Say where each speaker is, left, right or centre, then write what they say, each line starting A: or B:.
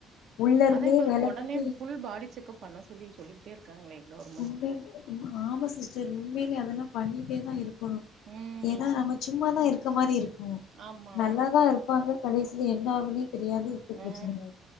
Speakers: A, on the left; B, on the right.
A: உள்ள இருந்தே
B: அதா இப்ப
A: வேல
B: ஒடனே
A: பண்ணி
B: ஃபுல் பாடி செக்கப் பண்ண சொல்லி சொல்லி சொல்லிட்டே இருக்காங்களே கவர்மென்ட்
A: உண்ம ஆமா சிஸ்டர் உண்மையிலே அதெல்லா பண்ணிட்டே தா இருக்கணு
B: ம்
A: ஏன்னா நம் சும்மாதா இருக்க மாரி இருக்கு
B: ஆமா
A: நல்லாதா இருப்பாங்க கடசி என்ன ஆகுன்ன தெரியாது இப்ப
B: ஆ
A: பிரச்சன இ